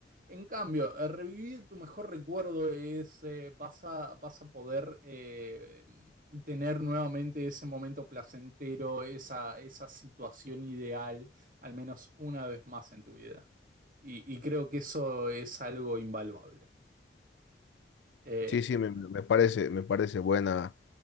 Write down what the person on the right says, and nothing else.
En cambio, eh, revivir tu mejor recuerdo es, eh, vas a, vas a poder eh, tener nuevamente ese momento placentero, esa, esa situación ideal, al menos una vez más en tu vida. Y, y creo que eso es algo invaluable. Eh,